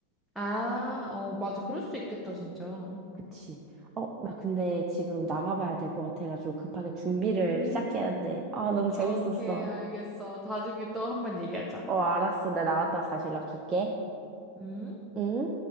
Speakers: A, in the centre; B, on the right.
A: 아, 어, 맞아. 그럴 수도 있겠다, 진짜.
B: 그치. 어, 나 근데 지금 나가봐야 될 것 같아가지고 급하게 준비를
A: 음,
B: 시작해야 돼. 아, 너무 재밌었어.
A: 오케이, 알겠어. 나중에 또 한번 얘기하자.
B: 어, 알았어. 나 나갔다 다시 연락 줄게.
A: 음.
B: 응?